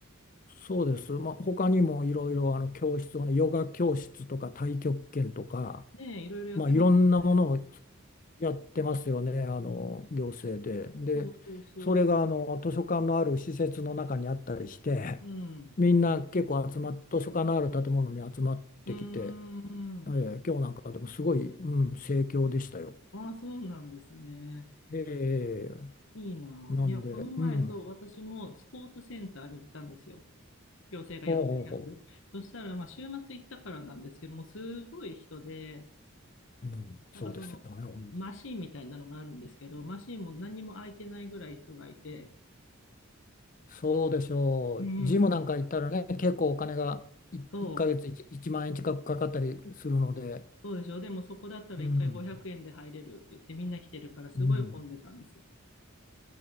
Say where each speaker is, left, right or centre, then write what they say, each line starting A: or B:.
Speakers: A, on the left; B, on the left.
A: そうです。まあ、他にもいろいろあの教室をね、ヨガ教室とか太極拳とか、
B: ねえ、いろいろやってますよね。
A: まあ、いろんなものをやってますよね、あの行政で。で、
B: そうそうそ
A: それがあの図書館のある施設の中にあったりして、
B: う。うん。
A: みんな結構集まっ、図書館のある建物に集まってきて、
B: うーん。
A: えー今日なんかでもすごい、うん、盛況でしたよ。
B: ああ、そうなんですね。
A: えー
B: いいな。
A: なんで、
B: いや、この前、
A: うん、
B: そう、私もスポーツセンターに行ったんですよ。行政がやってるやつ。
A: ほうほうほ
B: そしたら、まあ、週末行ったからなんですけども、すごい人で、
A: う、うん、
B: なんかその、
A: そうですよね、おに
B: マシーンみたいなのがあるんですけど、マシーンも何にも空いてないぐらい人がいて、
A: そうでしょう、
B: うん、
A: ジムなんか行ったらね、
B: すごかった。
A: 結構お金が1ヶ月1、
B: そう
A: 一万円近くかかったりするので、
B: そうでしょ。でもそこだったら一回500円で入れるって言ってみんな来てるからすごい混んでたんです。
A: うん、うん。